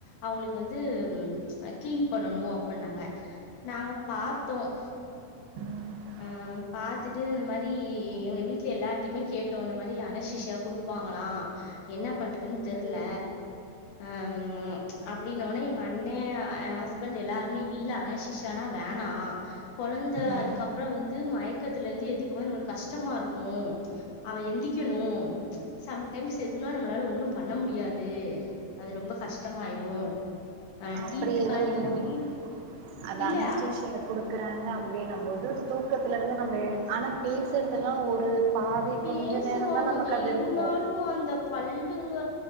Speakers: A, on the left (about 70°); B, on the right (about 85°).
A: அவங்களுக்கு வந்து கிளீன் பண்ணனோ அப்பிட்னாங்க நாங்க பாத்தோம்
B: ம்
A: அ பாத்துட்டு இந்த மாரி எங்க வீட்ல எல்லார்டையுமே கேட்டோ இந்த மாரி அனஸ்ஸுஷியா கொடுப்பாங்களா என்னா பண்றதுன்னு தெர்ல ம் அப்படின்னோட்னே எங்க அண்ணே ஏ ஹஸ்பண்ட் எல்லாருமே இல்ல அனசீசியான்னா வேணா கொழந்த
B: ம்
A: அதுக் கப்பறம் வந்து மயக்கத்துல இருந்து எந்திக்கும் போது நம்மளுக்கு கஷ்டமா இருக்கோ அவன் எந்திக்கணோ சம்டைம்ஸ் எதுனா நம்மளால ஒண்ணும் பண்ண முடியாது அது ரொம்ப கஷ்டமாயிரூம் அ
B: அப்படி
A: டீத்துக்காண்டி
B: எதுவும் இல்லைங்க
A: போயி
B: அது
A: இல்ல
B: அணசீசியா குடுக்குறாங்க அப்படின்னும் போது தூக்கத்துலருந்து நம்ம எழு ஆனா பேசுறதெலாம் ஒரு பாதி
A: பேசுவாங்கங்க
B: கொஞ்சோ நேரம் தா நமக்கு அது
A: இருந்தாலு
B: இருக்கோ
A: அந்த பல்லுங்க